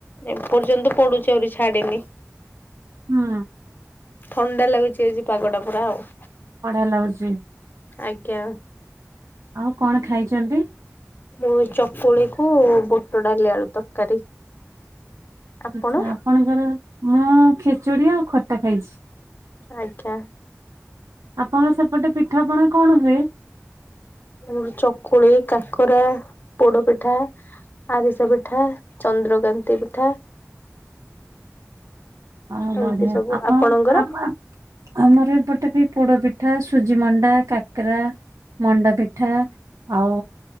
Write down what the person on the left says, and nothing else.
ଏପର୍ଯ୍ୟନ୍ତ ପଡ଼ୁଚି ଆହୁରି ଛାଡିନି।
ଥଣ୍ଡା ଲାଗୁଛି ଆଜି ପାଗଟା ପୁରା ଆଉ।
ଆଜ୍ଞା।
ମୁଁ ଚକୁଳିକୁ ବୁଟଡାଲି ଆଳୁ ତରକାରୀ। ଆପଣ?
ଆଜ୍ଞା।
<unintelligible> ଚକୁଳି, କାକରା, ପୋଡପିଠା ଆରିଷା ପିଠା, ଚନ୍ଦ୍ରକାନ୍ତି ପିଠା
ଏମିତି ସବୁ ଆପଣଙ୍କର?